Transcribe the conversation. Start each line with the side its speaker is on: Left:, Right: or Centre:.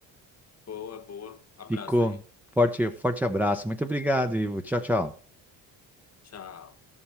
Left: Boa, boa. Abraço
Centre: Ficou.
Left: aí.
Centre: Forte, forte abraço. Muito obrigado, Ivo. Tchau, tchau.
Left: Tchau.